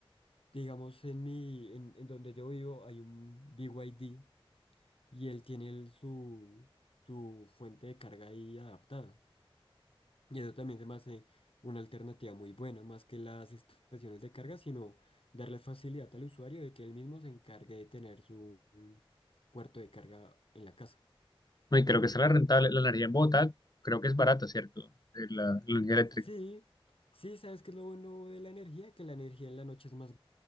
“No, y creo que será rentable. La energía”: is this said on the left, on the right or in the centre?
Left